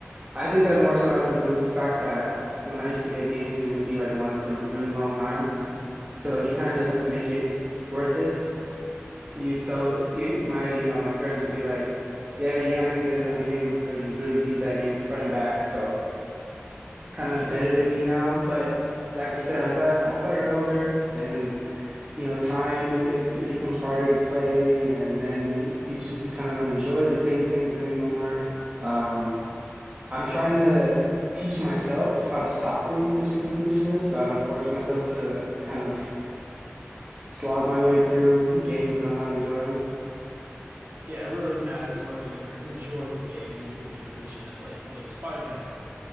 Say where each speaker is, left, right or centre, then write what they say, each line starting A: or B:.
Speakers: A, on the right; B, on the right.
A: I think that more so had to do with the fact that when I used to get games, it would be like once in a really long time.
B: Mm-hmm.
A: So like you kind of just have to make it worth it. You so it, my you know my parents would be like, "Yeah, you're not gonna get another game until you really beat that game front and back." So it's kind of embedded in me now. But like you said, as I as I got older and you know, time, it, it, it becomes harder to play, and then you just kind of don't enjoy the same things anymore. Um, I'm trying to teach myself how to stop being such a completionist so I don't force myself to kind of slog my way through games that I'm not enjoying.
B: Yeah, it really matters whether you're enjoying the game when you're doing the completionist. Like like Spider-Man,